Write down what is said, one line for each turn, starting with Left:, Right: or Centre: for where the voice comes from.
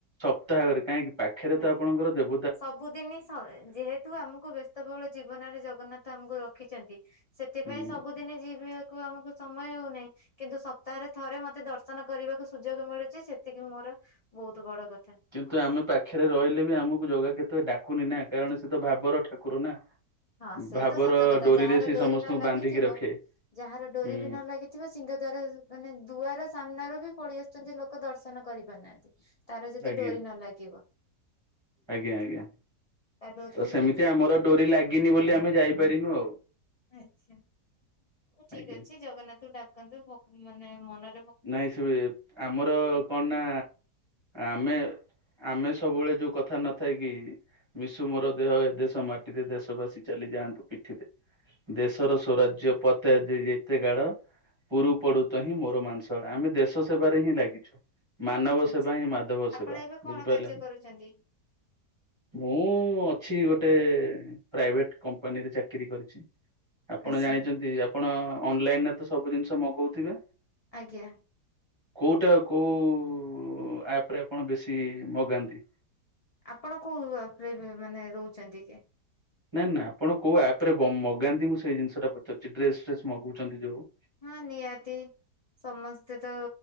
Right: ସପ୍ତାହକରେ କାହିଁକି ପାଖରେ
Left: ଆଜ୍ଞା।
Right: ତ ଆପଣଙ୍କର ଦେବ
Left: ସବୁଦିନ ସ ଯେହେତୁ ଆମକୁ ବ୍ୟସ୍ତ ବହୁଳ ଜୀବନରେ ଜଗନ୍ନାଥ ଆମକୁ ରଖିଚନ୍ତି। ସେଥିପାଇଁ
Right: ହୁଁ
Left: ସବୁଦିନି ଯିବାକୁ ଆମକୁ ସମୟ ହଉନାହିଁ କିନ୍ତୁ ସପ୍ତାହରେ ଥରେ ମତେ ଦର୍ଶନ କରିବା କୁ ସୁଯୋଗ ମିଳୁଚି ସେତିକି ମୋର ବହୁତ ବଡ କଥା।
Right: କିନ୍ତୁ ଆମେ ପା ପାଖରେ ରହିଲେ ବି ଆମକୁ ଜାଗା କେତେବେ ଡାକୁନି ନା କାରଣ ସେ ତ ଭାବର ଠାକୁର ନା?
Left: ହଁ ସେ
Right: ଭାବର
Left: ତ ସତ କଥା
Right: ଡୋରିରେ
Left: ଯାହାର
Right: ସେ
Left: ଡୋରି
Right: ସମସ୍ତଙ୍କୁ
Left: ନ ଲାଗିଥିବ
Right: ବାନ୍ଧିକି ରଖେ।
Left: ଯାହାର ଡୋରି
Right: ହୁଁ
Left: ବି ନ ଲାଗିଥିବ ସିଂହ ଦ୍ଵାର ମାନେ ଦୁଆର ସାମ୍ନାରୁ ବି ପଡିଆସ ଆସୁଚନ୍ତି ଲୋକ ଦର୍ଶନ କରି ପାରୁନାହାନ୍ତି। ତାର ଯଦି
Right: ଆଜ୍ଞା।
Left: ଡୋରି ନ ଲାଗିବ।
Right: ଆଜ୍ଞା ଆଜ୍ଞା
Left: ତା ଡୋରି
Right: ତ ସେମିତି
Left: ବିନା କେହି
Right: ଆମର
Left: ବି
Right: ଡୋରି ଲାଗିନି ବୋଲି ଆମେ ଯାଇପାରିନୁ ଆଉ
Left: ଆଚ୍ଛା। ହଉ ଠିକ
Right: ଆଜ୍ଞା।
Left: ଅଛି ଜଗନ୍ନାଥଙ୍କୁ ଡାକନ୍ତୁ ପ ମାନେ ମନ
Right: ନାଇଁ ସେ ଆମର କଣ ନା ଆମେ ଆମେ ସବୁବେଳେ ଯୋଉ କଥା ନଥାଇ କି ମିଶୁ ମୋର ଦେହ ଏ ଦେଶ ମାଟି ପିଠିରେ ଦେଶବାସୀ ଚାଲିଯାଆନ୍ତୁ ପିଠିରେ। ଦେଶର ସ୍ୱରାଜ୍ୟ ପତେ ଯେତେ ଗାଢ ପୁରୁ ପଡୁ ତ ହିଁ ମୋର ମାଂସ କଡ଼ା ଆମେ ଦେଶ ସେବାରେ ହିଁ ଲାଗିଚୁ। ମାନବ
Left: ଆଚ୍ଛା।
Right: ସେବା ହିଁ ମାଧବ ସେବା
Left: ଆପଣ ଏବେ କଣ
Right: ବୁଝିପାରିଲେନା?
Left: କାର୍ଯ୍ୟ କରୁଛନ୍ତି?
Right: ମୁଁ ଅଛି ଗୋଟ ଟେ ପ୍ରାଇଭେଟ କମ୍ପାନୀରେ ଚାକିରି କରିଚି। ଆପଣ
Left: ଆଚ୍ଛା
Right: ଜାଣିଚନ୍ତି ଆପଣ ଅନଲାଇନରେ ତ ସବୁ ଜିନିଷ ମଗଉଥିବେ।
Left: ଆଜ୍ଞା।
Right: କୋଉଟା କୋଉ ଆପ ରେ ଆପଣ ବେଶୀ ମଗାନ୍ତି?
Left: ଆପଣ କୋଉ ଆପରେ ମାନେ ରହୁଚନ୍ତି କି?
Right: ନାଇଁ ନାାଇଁ ଆପଣ କଉଁ ଆପ୍ ରେ ମ ମଗାନ୍ତି ମୁଁ ସେଇ ଜିନିଷଟା ପଚାରୁଛି ଡ୍ରେସ ଫ୍ରେସ୍ ମଗଉଚନ୍ତି ଯଉଁ
Left: ହଁ ନିହାତି ସମସ୍ତେ ତ